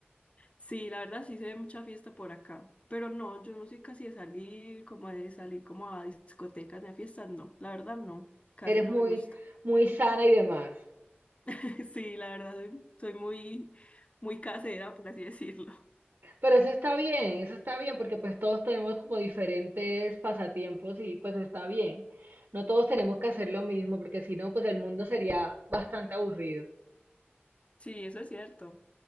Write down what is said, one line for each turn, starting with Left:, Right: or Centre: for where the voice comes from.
Left: sí, la verdad sí se ve mucha fiesta por acá, pero no, yo no soy casi de salir, como de salir como a discotecas ni a fiestas, no, la verdad no, casi
Right: Eres
Left: no
Right: muy,
Left: me gusta.
Right: muy sana y demás.
Left: <laughs> Sí, la verdad soy, soy muy, muy casera, por así decirlo.
Right: Pero eso está bien, eso está bien, porque pues todos tenemos como diferentes pasatiempos y pues está bien. No todos tenemos que hacer lo mismo, porque si no, pues el mundo sería bastante aburrido.
Left: Sí, eso es cierto.